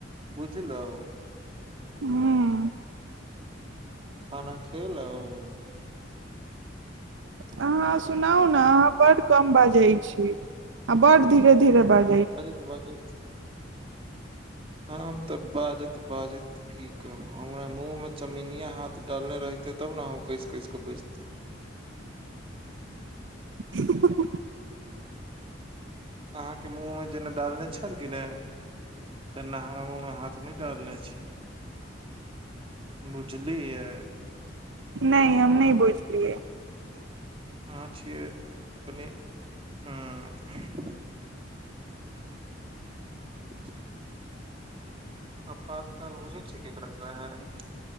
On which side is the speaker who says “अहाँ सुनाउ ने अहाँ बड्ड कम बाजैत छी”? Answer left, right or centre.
Right